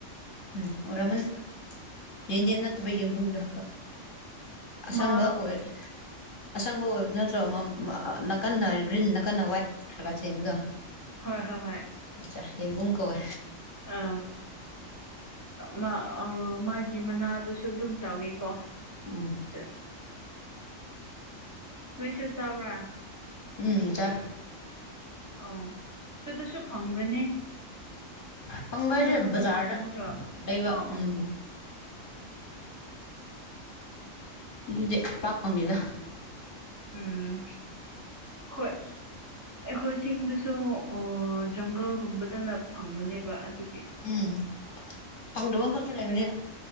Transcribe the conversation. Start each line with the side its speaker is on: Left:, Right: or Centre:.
Left: ꯎꯝ ꯑꯣꯔꯃꯅꯤ ꯌꯦꯟꯗꯦꯝ ꯅꯠꯇꯕ ꯌꯦꯟꯕꯨꯡꯗꯣ ꯑꯁꯪꯕ
Right: ꯃꯥ
Left: ꯑꯣꯏ ꯑꯁꯪꯕ ꯑꯣꯏꯕꯗꯨ ꯅꯠꯇ꯭ꯔꯣ ꯑꯃ ꯅꯥꯀꯟꯅ ꯒ꯭ꯔꯤꯟ ꯅꯥꯀꯟꯅ ꯋꯥꯏꯠ ꯈꯔꯒꯔ ꯆꯦꯟꯕꯗꯣ
Right: ꯍꯣꯏ ꯍꯣꯏ ꯍꯣꯏ
Left: ꯑꯠꯆꯥ ꯌꯦꯟꯕꯨꯡ ꯀꯧꯋꯦ
Right: ꯑ ꯃꯥ ꯑ ꯃꯥꯒꯤ ꯃꯅꯥꯗꯨꯁꯨ ꯑꯗꯨꯝ ꯆꯥꯎꯋꯦ ꯀꯣ
Left: ꯎꯝ
Right: ꯇ <unintelligible> ꯆꯥꯕ꯭ꯔꯥ
Left: ꯎꯝ ꯆꯥꯏ
Right: ꯑꯣ ꯑꯗꯨꯗꯁꯨ ꯐꯪꯕꯔꯥꯅꯦ
Left: ꯐꯪꯕ
Right: ꯆꯤꯡꯗ
Left: ꯍꯥꯏꯁꯦ
Right: ꯈꯛꯇ
Left: ꯕꯖꯥꯔꯗ
Right: ꯐꯪꯕ ꯅꯠꯇ꯭ꯔꯣ
Left: ꯂꯩꯕ
Right: ꯑꯣ ꯑꯣ
Left: ꯎꯝ ꯑꯗꯨꯗꯤ ꯄꯥꯛ ꯐꯪꯗꯦꯗ
Right: ꯎꯝ ꯍꯣꯏ ꯑꯩꯈꯣꯏ ꯆꯤꯡꯗꯁꯨ ꯑ ꯖꯪꯒꯜꯒꯨꯝꯕꯗꯅ ꯐꯪꯕꯅꯦꯕ ꯑꯗꯨꯒꯤ
Left: ꯎꯝ ꯐꯪꯗꯕ ꯃꯐꯝꯁꯨ ꯂꯩꯕꯅꯤ